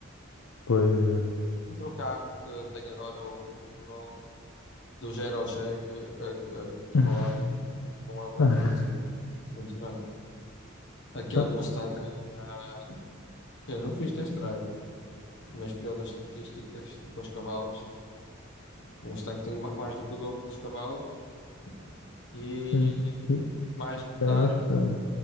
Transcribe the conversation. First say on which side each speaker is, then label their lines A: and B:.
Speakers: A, on the left (about 85°); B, on the left (about 60°).
A: Pois, exato.
B: Entre o carro que eu tenho agora, o, o Renault, do 0 ao 100, a, a- a- a cavalagem,
A: <laughs>
B: não é uma
A: Ah,
B: diferença assim muito grande. Aquele
A: ah,
B: Mustang eh, Eu não fiz test drive, mas pelas estatísticas e pelos cavalos, um Mustang tem ma- mais do que o dobro dos cavalos e
A: sim. E
B: mais de metade,
A: já é mais pesado.